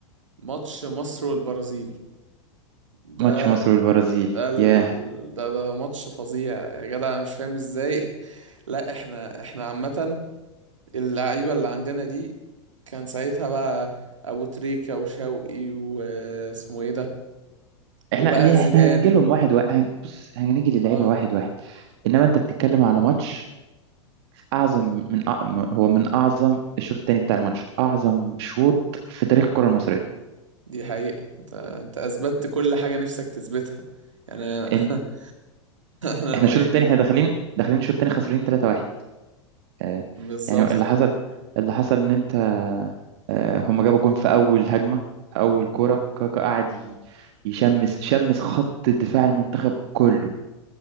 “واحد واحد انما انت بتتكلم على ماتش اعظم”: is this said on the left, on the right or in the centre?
Right